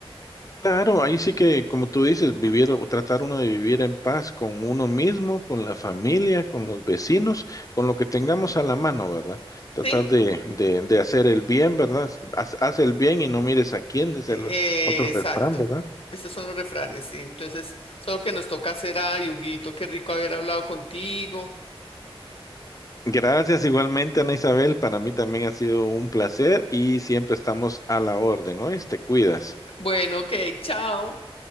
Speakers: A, on the left (about 35°); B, on the left (about 70°).
A: Claro, ahí sí que, como tú dices, vivir o tratar uno de vivir en paz con uno mismo, con la familia, con los vecinos, con lo que tengamos a la mano, ¿verdad? Tratar
B: Sí,
A: de, de, de hacer el bien, ¿verdad? Haz, haz el bien y no mires a quién, dice
B: eh,
A: el otro
B: exacto.
A: refrán, ¿verdad?
B: Estos son los refranes, sí. Entonces, solo que nos toca hacer a Yuguito. Qué rico haber hablado contigo.
A: Gracias igualmente, Ana Isabel. Para mí también ha sido un placer y siempre estamos a la orden. Hoy te cuidas.
B: Bueno, ok, chao.